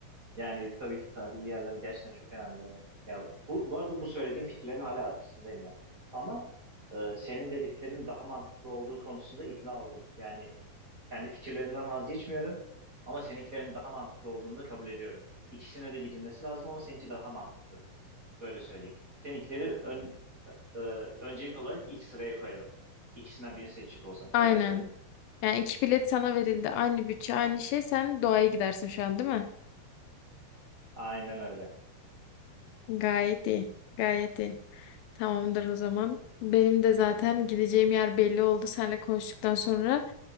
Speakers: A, on the right; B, on the left.
A: Yani tabii ki tarihi yerler gerçekten çok önemli yani. Ya bu, bu arada bu söylediğim fikirlerin hala arasındayım ben. Ama e, senin dediklerinin daha mantıklı olduğu konusunda ikna oldum. Yani kendi fikirlerimden vazgeçmiyorum ama seninkilerin daha mantıklı olduğunu da kabul ediyorum. İkisine de gidilmesi lazım ama seninki daha mantıklı. Böyle söyleyeyim. Seninkileri ön, e, öncelik olarak ilk sıraya koyarım. İkisinden birini seçecek olsam.
B: Aynen.
A: Öyle söyleyeyim.
B: Yani iki bilet sana verildi. Aynı bütçe, aynı şey. Sen doğaya gidersin şu an değil mi?
A: Aynen öyle.
B: Gayet iyi. Gayet iyi. Tamamdır o zaman. Benim de zaten gideceğim yer belli oldu. Seninle konuştuktan sonra